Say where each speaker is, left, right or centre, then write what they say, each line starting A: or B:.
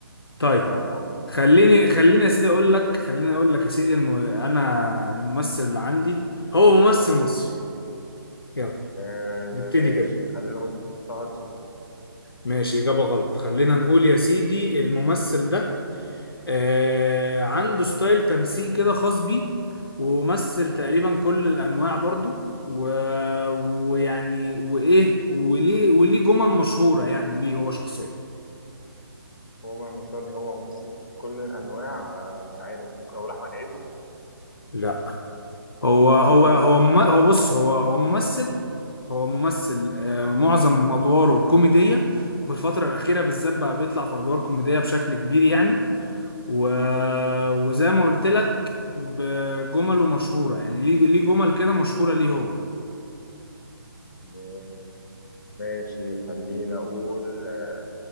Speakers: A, on the left; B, on the left.
A: طيب
B: الله يرحمه
A: خليني خليني يا سيدي اقول لك خليني اقول لك يا سيدي انه انا الممثل اللي عندي هو ممثل مصري يلا
B: آه
A: نبتدي
B: ماشي
A: كده
B: خلينا نقول طه دسوقي
A: ماشي إجابة غلط خلينا نقول يا سيدي الممثل ده آه عنده ستايل تمثيل كده خاص بيه ومثل تقريبا كل الأنواع برضو و... ويعني وإيه وليه وليه جمل مشهورة يعني ليه هو شخصيا
B: هو من المشروع اللي هو ممثل كل الأنواع آه مش عارف ممكن أقول أحمد عز
A: لا هو هو هو
B: تمام
A: مم... هو بص هو هو ممثل هو ممثل آه معظم أدواره كوميدية وفي الفترة الأخيرة بالذات بقى بيطلع في أدوار كوميدية بشكل كبير يعني و... وزي ما قلت لك بجمله مشهورة يعني ليه ليه جمل كده مشهورة ليه هو
B: آه، ماشي خلينا أقول آه،